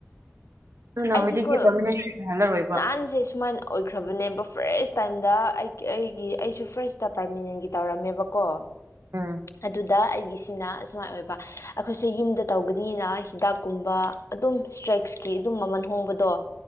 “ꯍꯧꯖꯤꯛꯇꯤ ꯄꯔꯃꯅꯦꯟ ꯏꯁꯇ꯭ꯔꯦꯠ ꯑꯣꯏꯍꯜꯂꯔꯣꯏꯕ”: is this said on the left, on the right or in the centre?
Right